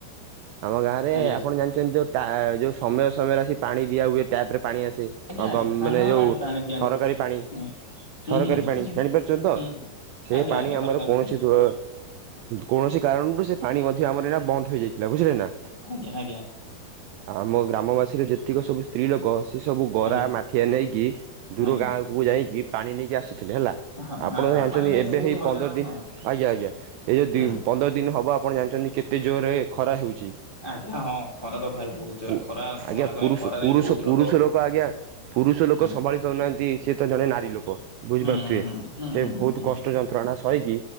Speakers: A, on the right; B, on the left.
A: ଆମ ଗାଁ ରେ
B: ଆଜ୍ଞା
A: ଆପଣ ଜାଣିଛନ୍ତି ଯୋଉ ଟା ଯୋଉ ସମୟ ସମୟରେ ଆସିିକି ପାଣି ଦିଆ ହୁଏ ଟ୍ୟାପ ରେ ପାଣି ଆସେ
B: ଆଜ୍ଞା ଆଜ୍ଞା
A: ଗ ମାନେ
B: ହଁ ହଁ
A: ଯୋଉ
B: ପାଣି ପାଣି ଦିଅନ୍ତି
A: ସରକାରୀ ପାଣି।
B: ହୁଁ ହୁଁ
A: ସରକାରୀ
B: ହୁଁ ହୁଁ
A: ପାଣି ଜାଣିପାରୁଛନ୍ତି ତ?
B: ହୁଁ ହୁଁ
A: ସେ
B: ଆଜ୍ଞା
A: ପାଣି
B: ଆଜ୍ଞା ସରକାରୀ
A: ଆମର କୌଣସି
B: ପାଣି
A: ଦୁ କୌଣସି କାରଣରୁ ସେ ପାଣି ମଧ୍ୟ ଆମର ବନ୍ଦ ହେଇଯାଇଥିଲା ବୁଝିଲେ ନା?
B: ଆଜ୍ଞା ଆଜ୍ଞା।
A: ଆମ ଗ୍ରାମବାସୀର ଯେତିକି ସବୁ ସ୍ତ୍ରୀ ଲୋକ ସେ ସବୁ ଗରା,
B: ଆଜ୍ଞା
A: ମାଠିଆ ନେଇକି ଦୂର
B: ଆଜ୍ଞା
A: ଗାଁ କୁ ଯାଇକି ପାଣି ନେଇକି ଆସୁଥିଲେ ହେଲା।
B: ହଁ
A: ଆପଣ
B: ହଁ ହଁ
A: ଜାଣିଛନ୍ତି
B: ପାଣି ନାଇଁ
A: ଏବେ
B: ତ ବହୁତ
A: ହେଇ
B: ହଇରାଣ
A: ପନ୍ଦର ଦିନ
B: ହଁ
A: ଆଜ୍ଞା ଆଜ୍ଞା ଏଇ
B: ହୁଁ
A: ଯୋଉ ପନ୍ଦର ଦିନ ହବ ଆପଣ ଜାଣିଛନ୍ତି କେତେ ଜୋରରେ ଖରା ହେଉଛି।
B: ଆଜ୍ଞା ହଁ ଖରା ତ ଭାଇ ବହୁତ ଜୋର
A: ପୁ
B: ଖରା କହନା
A: ଆଜ୍ଞା
B: କହନା
A: ପୁରୁଷ
B: ଖରାରେ
A: ପୁରୁଷ
B: ବି ବହୁତ
A: ପୁରୁଷ
B: ଲୋକ
A: ଲୋକ ଆଜ୍ଞା ପୁରୁଷ ଲୋକ
B: ହୁଁ
A: ସମ୍ଭାଳି ପାରୁନାହାନ୍ତି ସେ ତ ଜଣେ ନାରୀ ଲୋକ। ବୁଝିପାରୁଥିବେ
B: ହୁଁ ହୁଁ ହୁଁ
A: ସେ
B: ହୁଁ
A: ବହୁତ
B: ହୁଁ
A: କଷ୍ଟ ଯନ୍ତ୍ରଣା ସହିକି